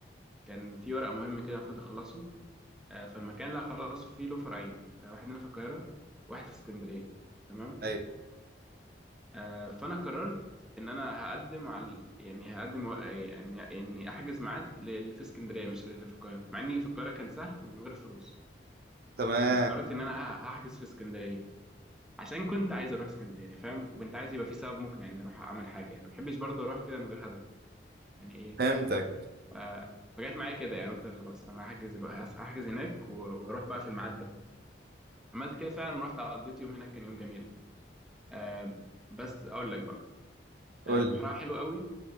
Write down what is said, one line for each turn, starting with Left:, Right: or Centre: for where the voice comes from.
Centre: كان في ورقه مهمه كده المفروض اخلصه آه فالمكان اللي هخلصه فيه له فرعين آه واحد هنا في القاهره واحد في اسكندريه تمام
Right: ايوه
Centre: آه فانا قررت ان انا هقدم على يعني هقدم و- آه، يعني اني احجز ميعاد للي في اسكندريه مش للي في القاهره مع ان اللي في القاهره كان سهل ومن غير فلوس
Right: تمام
Centre: بس قررت ان انا هحجز في اسكندريه عشان كنت عايز اروح اسكندريه فاهم وكنت عايز يبقى في سبب مقنع اني اروح اعمل حاجه يعني ما بحبش برضه اروح كده من غير هدف يعني ايه
Right: فهمتك
Centre: ف... فجت معايا كده يعني قلت خلاص انا هحجز الو... هحجز هناك و- وهروح بقى في الميعاد ده عملت كده فعلا ورحت قضيت يوم هناك كان يوم جميل آه بس اقول لك بقى
Right: قول
Centre: آه بحرها
Right: لي
Centre: حلو قوي